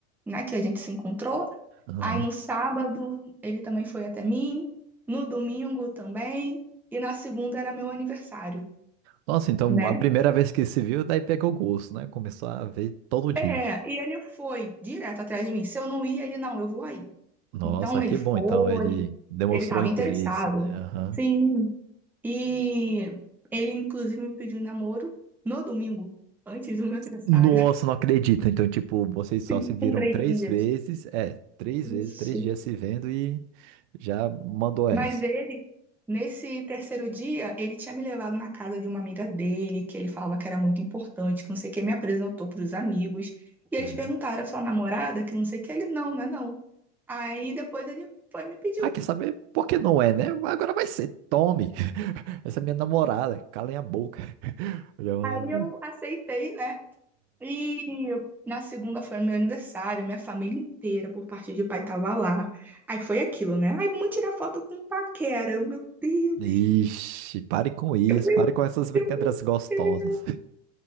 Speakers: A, in the centre; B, on the right.
A: né, que a gente se encontrou.
B: Aham.
A: Aí no sábado ele também foi até mim, no domingo também, e na segunda era meu aniversário,
B: Nossa, então
A: né?
B: a primeira vez que se viu, daí pegou gosto, né? Começou a ver todo dia.
A: É, e ele foi direto atrás de mim. Se eu não ia, ele não, eu vou aí.
B: Nossa,
A: Então ele
B: que
A: foi,
B: bom. Então ele demonstrou
A: Ele estava
B: interesse,
A: interessado.
B: né? Aham.
A: Sim. E ele, inclusive, me pediu em namoro no domingo, antes do meu aniversário.
B: Nossa,
A: <laughs>
B: não acredito. Então, tipo, vocês só
A: Sim,
B: se viram
A: com três
B: três
A: dias.
B: vezes. É, três
A: Isso.
B: vezes, três dias se vendo e já mandou essa.
A: Mas ele, nesse terceiro dia, ele tinha me levado na casa de uma amiga dele, que ele falava que era muito importante, que não sei o que, me apresentou para os amigos. E eles
B: É.
A: perguntaram, a sua namorada? Que não sei o que. Ele, não, né, não. é Aí depois ele foi e me pediu.
B: Ah, quer saber por que não é, né? Agora vai ser. Tome! <laughs> Essa é minha namorada. Calem a boca. <laughs> Já mandou.
A: Aí eu aceitei, né? E na segunda foi meu aniversário, minha família inteira, por parte de pai, tava lá. Aí foi aquilo, né? Ai, vamos tirar foto com o Paquera. Eu, meu Deus,
B: Ixi, pare com isso,
A: eu, meu
B: pare com essas brincadeiras
A: Deus, meu
B: gostosas.
A: Deus.